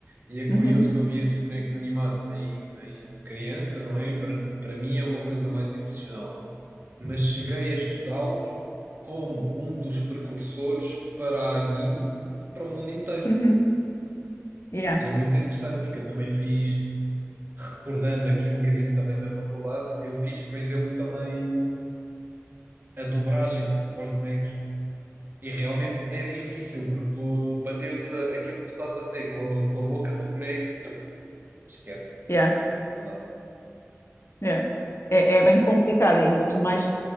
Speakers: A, on the right (about 45°); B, on the left (about 60°).
A: E é
B: Uhum,
A: curioso que eu vi esses bonecos animados em, em criança, não é? Para, para mim é uma coisa mais emocional. Mas cheguei a estudá-los como um dos precursores para a anime para o mundo inteiro.
B: uhum. Yeah,
A: E é muito interessante, porque eu também fiz, recordando aqui um bocadinho também da faculdade, eu fiz, por exemplo, também a dobragem para os bonecos. E realmente é difícil, porque tu bateres a- aquilo que tu estás a dizer com, a- com a boca do boneco, esquece.
B: yeah,
A: Não dá.
B: yeah. É, é bem complicado, ainda por mais